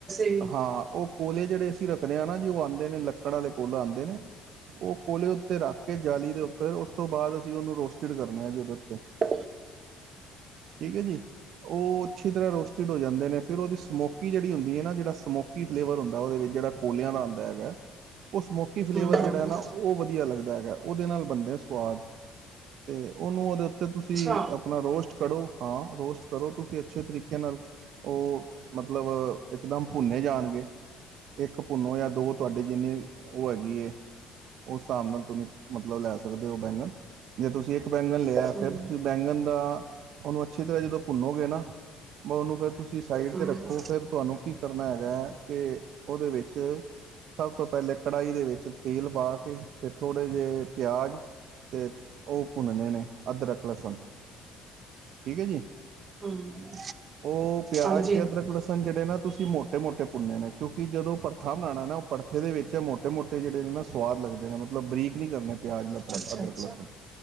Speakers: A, on the right (about 40°); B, on the right (about 65°).
A: ਵੀ
B: ਹਾਂ ਉਹ ਕੋਲੇ ਜਿਹੜੇ ਅਸੀਂ ਰੱਖਣੇ ਆ ਨਾ ਜੀ ਉਹ ਆਉਂਦੇ ਨੇ ਲੱਕੜ ਵਾਲੇ ਕੋਲੇ ਆਉਂਦੇ ਨੇ। ਉਹ ਕੋਲੇ ਉੱਤੇ ਰੱਖ ਕੇ ਜਾਲੀ ਦੇ ਉੱਤੇ, ਉਸ ਤੋਂ ਬਾਅਦ ਅਸੀਂ ਉਹਨੂੰ ਰੋਸਟਿਡ ਕਰਨੇ ਆ ਜੀ ਔਦੇ ਉੱਤੇ।
A: ਹ
B: ਠੀਕ ਹੈ ਜੀ ਉਹ ਅੱਛੀ ਤਰ੍ਹਾਂ ਰੋਸਟਡ ਹੋ ਜਾਂਦੇ ਨੇ ਫਿਰ ਉਹਦੀ ਸਮੋਕੀ ਜਿਹੜੀ ਹੁੰਦੀ ਨਾ ਜਿਹੜਾ ਸਮੋਕੀ ਫਲੇਵਰ ਹੁੰਦਾ ਉਹਦੇ ਵਿੱਚ ਜਿਹੜਾ ਕੋਲਿਆਂ ਦਾ ਆਉਂਦਾ ਹੈਗਾ ਉਹ ਸਮੋਕੀ ਫਲੇਵਰ
A: ਹਮ ਹਮ
B: ਜਿਹੜਾ ਹੈ ਨਾ ਉਹ ਵਧੀਆ ਲੱਗਦਾ ਹੈਗਾ ਉਹਦੇ ਨਾਲ ਬਣਦੇ ਸਵਾਦ ਤੇ ਉਹਨੂੰ ਉਹਦੇ ਉੱਤੇ ਤੁਸੀਂ
A: ਅੱਛਾ
B: ਆਪਣਾ ਰੋਸਟ ਕਰੋ ਹਾਂ ਰੋਸਟ ਕਰੋ ਤੁਸੀਂ ਅੱਛੇ ਤਰੀਕੇ ਨਾਲ ਉਹ ਮਤਲਬ ਇੱਕਦਮ ਭੁੰਨੇ ਜਾਣਗੇ ਇੱਕ ਭੁੰਨੋ ਜਾਂ ਦੋ ਤੁਹਾਡੇ ਜਿੰਨੀ ਉਹ ਹੈਗੀ ਐ ਉਸ ਹਿਸਾਬ ਨਾਲ ਤੁਹਾਨੂੰ ਮਤਲਬ ਲੈ ਸਕਦੇ ਹੋ ਬੈਂਗਣ ਜੇ ਤੁਸੀਂ ਇੱਕ ਬੈਂਗਣ ਲਿਆ
A: ਹਮ
B: ਫਿਰ ਤੁਸੀਂ ਬੈਂਗਣ ਦਾ ਉਹਨੂੰ ਅੱਛੀ ਤਰ੍ਹਾਂ ਜਦੋਂ ਭੁੰਨੋਗੇ ਨਾ ਮੰਨੂ ਫਿਰ ਤੁਸ ਤੁਸੀਂ ਸਾਈਡ
A: ਹਮ
B: 'ਤੇ ਰੱਖੋ ਫਿਰ ਤੁਹਾਨੂੰ ਕੀ ਕਰਨਾ ਹੈਗਾ ਕਿ ਉਹਦੇ ਵਿੱਚ ਸਭ ਤੋਂ ਪਹਿਲੇ ਕੜਾਹੀ ਦੇ ਵਿੱਚ ਤੇਲ ਪਾ ਕੇ ਤੇ ਥੋੜੇ ਜਿਹੇ ਪਿਆਜ਼ ਤੇ ਉਹ ਭੁੰਨ ਨੇ ਅਦਰਕ ਲਸਣ ਠੀਕ ਹੈ ਜੀ
A: ਹਮ
B: ਉਹ ਪਿਆਜ
A: ਹਾਂਜੀ
B: ਤੇ ਅਦਰਕ ਲਸਣ ਜਿਹੜੇ ਨਾ ਤੁਸੀਂ ਮੋਟੇ ਮੋਟੇ ਭੁੰਨੇ ਨੇ ਕਿਉਂਕ ਜਦੋਂ ਪਰਥਾ ਬਨਾਉਣਾ ਨਾ ਉਹ ਪਰਥੇ ਦੇ ਵਿੱਚ ਮੋ ਮੋਟੇ ਜਿਹੜੇ ਨੇ ਨਾ ਸਵਾਦ ਲੱਗਦੇ ਨੇ ਮਤਲਬ ਬਰੀਕ ਨਹੀਂ ਕਰਨੇ ਪਿਆਜ਼ ਅਦਰਕ
A: ਅੱਛਾ
B: ਅਦਰਕ
A: ਅੱਛਾ
B: ਲਸਣ